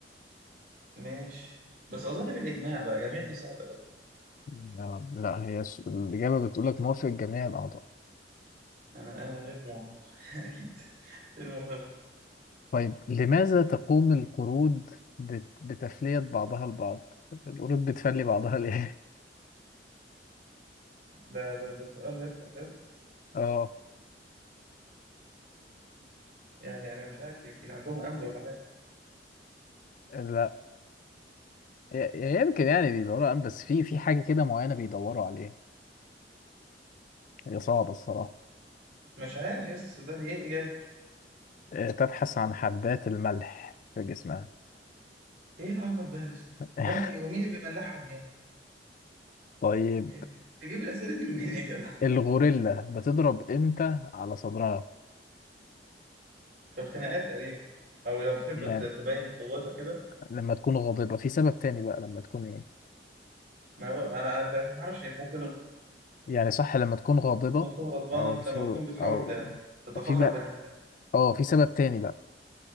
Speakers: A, on the right (about 55°); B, on the left (about 45°).
A: ماشي بس أظن بالإجماع بقى الجميع دي صعبة أوي
B: لا لا، هي الس- الإجابة بتقولك موافقة جميع الأعضاء
A: أنا أنا غير موافق <laughs> أكيد المهم
B: طيب لماذا تقوم القرود بت- بتفلية بعضها البعض القرود بتفلي بعضها ليه
A: ده ده ده سؤال يا اسطى بجد
B: <laughs> اه
A: يعني أنا مش عارف يمكن عندهم أمل ولا حاجة
B: لا ي- يمكن يعني بيدوروا على- بس في في حاجة كده معينة بيدوروا عليها هي صعبة الصراحة
A: مش عارف يا اسطى صدقني إيه الإجابة
B: آه، تبحث عن حبات الملح في جسمها
A: إيه العبط ده يا اسطى
B: <laughs>
A: ملح إيه؟ ومين اللي بيملحهم يعني
B: طيب
A: إيه ده؟ تجيب الأسئلة دي منين يا جدع
B: الغوريلا بتضرب امتى على صدرها
A: <laughs> في الخناقات تقريبا أو لو بتحب
B: يعني
A: ت- تبين قوتها كده
B: لما تكون غاضبة في سبب تاني بقى لما تكون ايه
A: ما هو- أنا لا ما أعرفش ممكن
B: يعني صح لما تكون غاضبة
A: لما تكون غضبانة
B: او شو
A: لما تكون بتحاول
B: او
A: تتفخر
B: في بقى
A: بنفسها
B: اه في سبب تاني بقى